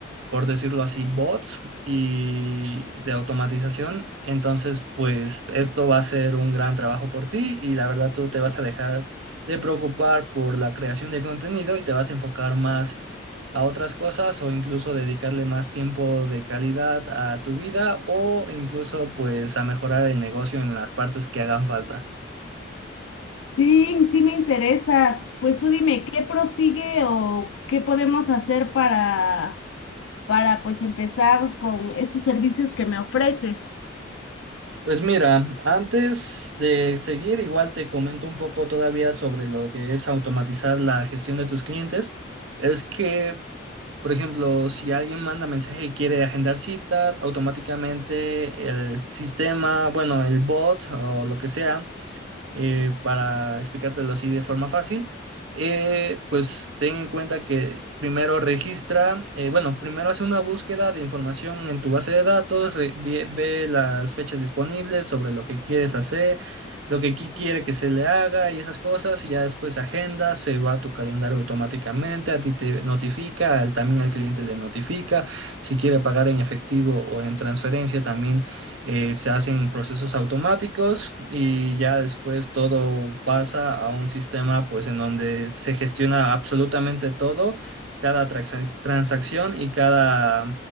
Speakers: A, on the right (about 85°); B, on the left (about 80°).
A: por decirlo así, bots y de automatización. Entonces, pues esto va a ser un gran trabajo por ti y la verdad tú te vas a dejar de preocupar por la creación de contenido y te vas a enfocar más a otras cosas o incluso dedicarle más tiempo de calidad a tu vida o incluso pues a mejorar el negocio en las partes que hagan falta.
B: Sí, sí me interesa. Pues tú dime, ¿qué prosigue o qué podemos hacer para, para pues empezar con estos servicios que me ofreces?
A: Pues mira, antes de seguir, igual te comento un poco todavía sobre lo que es automatizar la gestión de tus clientes. Es que, por ejemplo, si alguien manda mensaje y quiere agendar cita, automáticamente el sistema, bueno, el bot o lo que sea, eh, para explicártelo así de forma fácil, eh, pues ten en cuenta que primero registra, eh, bueno, primero hace una búsqueda de información en tu base de datos, re- ve, ve las fechas disponibles sobre lo que quieres hacer, lo que qui- quiere que se le haga y esas cosas, y ya después agenda, se va a tu calendario automáticamente, a ti te notifica, al- también al cliente le notifica, si quiere pagar en efectivo o en transferencia, también eh, se hacen procesos automáticos y ya después todo pasa a un sistema pues en donde se gestiona absolutamente todo, cada traxa- transacción y cada,